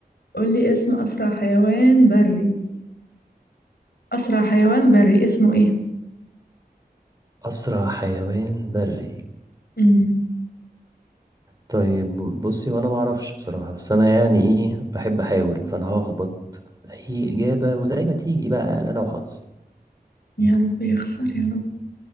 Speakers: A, on the left (about 75°); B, on the right (about 20°).
A: قول لي اسم أسرع حيوان بري أسرع حيوان بري اسمه إيه؟
B: أسرع حيوان بري
A: مم.
B: طيب بصي وأنا معرفش بصراحة بس أنا يعني إيه بحب أحاول فأنا هخبط أي إجابة وزي ما تيجي بقى أنا لو حظي
A: يا رب يخسر يا رب